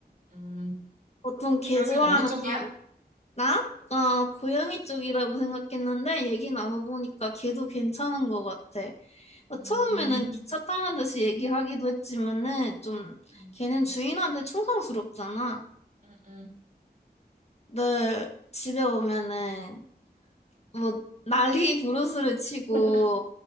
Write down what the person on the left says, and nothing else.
보통 개
좋아하는
나? 나 고양이 쪽이라고 생각했는데 얘기 나눠보니까 개도 괜찮은 것 같아. 나
처음에는 기차 타는 듯이 얘기하기도 했지만은 좀
걔는 주인한테 충성스럽잖아.
늘 집에 오면은 뭐 난리 부르스를 치고